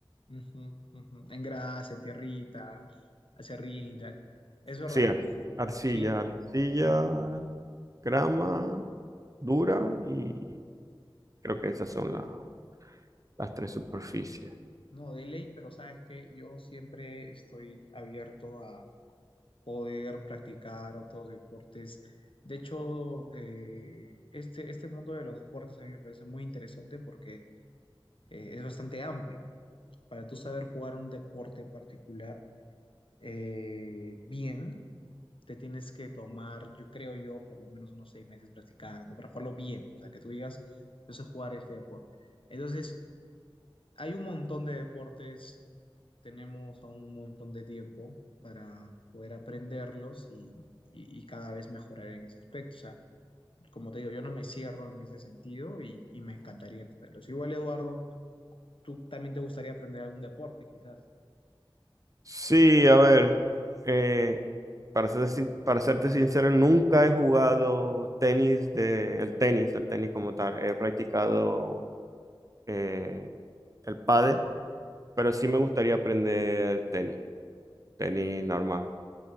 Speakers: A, on the left; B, on the right.
A: Ujú, ujú. En grasa, en tierrita, hacia ring y tal. Es verdad.
B: sí, ar- arcilla,
A: Sí,
B: arcilla, grama, dura y creo que esas son la- las tres superficies.
A: no, de ley, pero sabes que yo siempre estoy abierto poder practicar otros deportes. De hecho, eh, este, este mundo de los deportes a mí me parece muy interesante porque eh, es bastante amplio. Para tú saber jugar un deporte en particular eh, bien, te tienes que tomar, yo creo yo, por lo menos unos seis meses practicando para jugarlo bien. O sea, que tú digas, yo sé jugar este deporte. Entonces, hay un montón de deportes, tenemos aún un montón de tiempo para poder aprenderlos y, y- y cada vez mejorar en ese aspecto. O sea, como te digo, yo no me cierro en ese sentido y, y me encantaría entenderlos. Igual, Eduardo, tú también te gustaría aprender algún deporte, quizás.
B: Sí, a ver, eh, para serte, sin- para serte sincero, nunca he jugado tenis de, el tenis, el tenis como tal. He practicado eh, el pádel, pero sí me gustaría aprender tenis, tenis normal.